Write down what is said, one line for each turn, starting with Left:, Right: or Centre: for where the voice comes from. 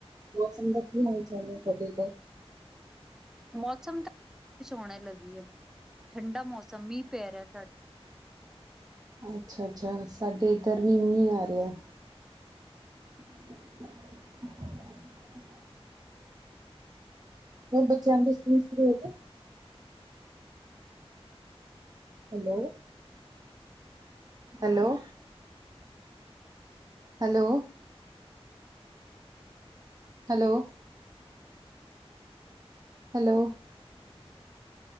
Right: ਮੌਸਮ ਦਾ ਕੀ ਹਾਲ- ਚਾਲ ਐ ਤੁਆਡੇ ਇਧਰ
Centre: ਮੌਸਮ ਤਾਂ ਸੋਣੇ ਲੱਗੀ ਐ। ਠੰਡਾ ਮੌਸਮ ਮੀਂਹ ਪੈ ਰਿਆ ਸਾਡਾ
Right: ਅੱਛਾ-ਅੱਛਾ ਸਾਡੇ ਇੱਧਰ ਵੀ ਮੀਂਹ ਆ ਰਿਆ <inaudible> ਓਰ ਬੱਚਿਆਂ ਦੇ ਸਕੂਲ ਸ਼ੁਰੂ ਹੋਗਏ? Hello, hello. Hello. Hello. Hello.